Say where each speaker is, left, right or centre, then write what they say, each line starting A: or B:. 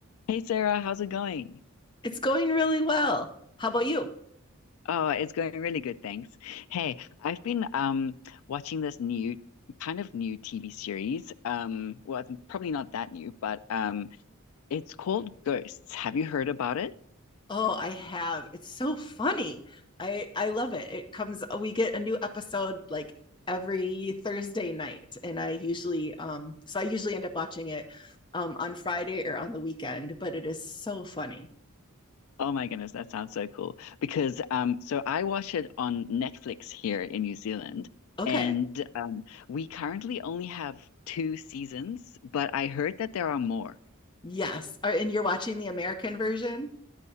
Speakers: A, on the left; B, on the left.
A: Hey Sarah, how's it going?
B: It's going really well. How about you?
A: Oh, it's going really good, thanks. Hey, I've been um watching this new kind of new TV series. Um, well, it's probably not that new, but um it's called Ghosts. Have you heard about it?
B: Oh, I have. It's so funny. I I love it. It comes we get a new episode like every Thursday night and I usually um so I usually end up watching it um on Friday or on the weekend, but it is so funny.
A: Oh my goodness, that sounds so cool. Because um so I watch it on Netflix here in New Zealand,
B: Okay.
A: and um we currently only have two seasons, but I heard that there are more.
B: Yes. Are- And you're watching the American version?